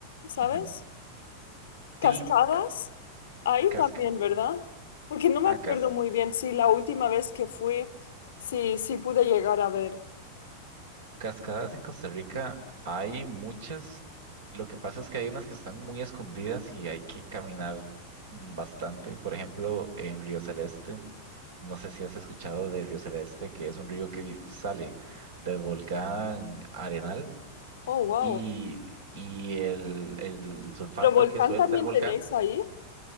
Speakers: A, on the left (about 60°); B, on the right (about 60°).
A: ¿sabes?
B: Ujú.
A: Cascadas.
B: Sí,
A: Ahí
B: casca-
A: también, ¿verdad? Porque no me
B: ah,
A: acuerdo
B: cas-
A: muy bien si la última vez que fui, si, si pude llegar a ver.
B: cascadas en Costa Rica hay muchas. Lo que pasa es que hay unas que están muy escondidas y hay que caminar mm, bastante. Por ejemplo, en Río Celeste, no sé si has escuchado de Río Celeste, que es un río que sale del volcán Arenal
A: Oh, wow.
B: y, y el, el sulfato
A: ¿Pero volcán
B: que suelta
A: también
B: el volcán
A: tenéis ahí?